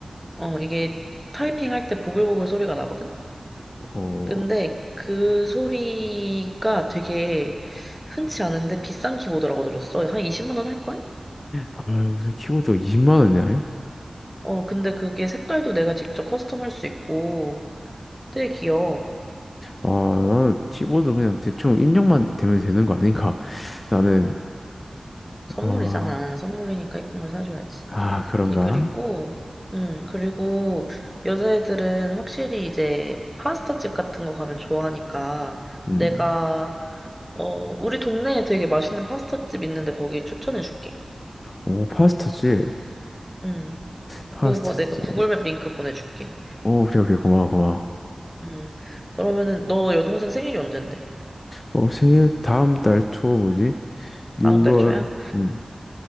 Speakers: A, in the centre; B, on the left.
A: 어, 이게 타이핑할 때 보글보글 소리가 나거든?
B: 어,
A: 근데 그 소리가 되게 흔치 않은데 비싼 키보드라고 들었어. 한 20만 원 할걸?
B: 아, 무슨 키보드가 20만 원이냐, 해?
A: 어, 근데 그게 색깔도 내가 직접 커스텀할 수 있고 되게 귀여워.
B: 아, 나는 키보드 그냥 대충 입력만 되면 되는 거 아닌가? <laughs> 나는,
A: 선물이잖아.
B: 아,
A: 선물이니까 예쁜 걸 사줘야지.
B: 아, 그런가?
A: 아니, 그리고, 음, 그리고 여자애들은 확실히 이제 파스타집 같은 거 가면 좋아하니까
B: 음.
A: 내가 어, 우리 동네에 되게 맛있는 파스타집 있는데 거기 추천해줄게.
B: 오, 파스타지?
A: 음,
B: 파스타지.
A: 그거 내가 구글맵 링크 보내줄게.
B: 오, 오케이, 오케이, 고마워, 고마워.
A: 음, 그러면은 너 여동생 생일이 언젠데?
B: 어, 생일 다음 달 초, 뭐지? 6월,
A: 다음 달 초야?
B: 음,